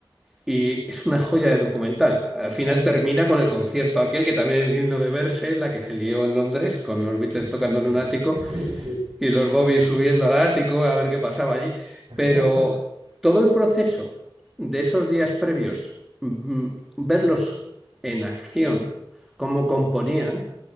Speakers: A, in the centre; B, on the right.
A: Y es una joya de documental. Al final termina con el concierto aquel que también es digno de verse, la que se lió en Londres con los Beatles tocando
B: Sí,
A: en
B: m-
A: un ático
B: sí, sí.
A: y los Bobby subiendo al ático a ver qué pasaba allí.
B: <laughs>
A: Pero todo el proceso de esos días previos, mm, verlos en acción, cómo componían,